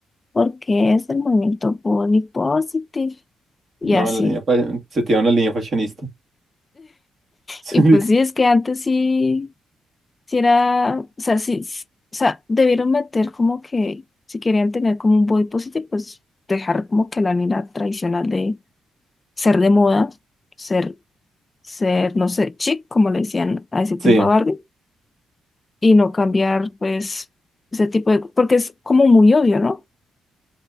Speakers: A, on the left; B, on the right.
A: porque es el movimiento body positive. Y
B: No,
A: así.
B: la línea fa- se tira una línea fashionista. <laughs>
A: Y pues sí, es que antes sí, sí era, o sea, sí, s- o sea, debieron meter como que, si querían tener como un body positive, pues dejar como que la línea tradicional de ser de moda ser ser, no sé, chic, como le decían a ese tiempo
B: Sí,
A: a Barbie, y no cambiar, pues, ese tipo de, porque es como muy obvio, ¿no?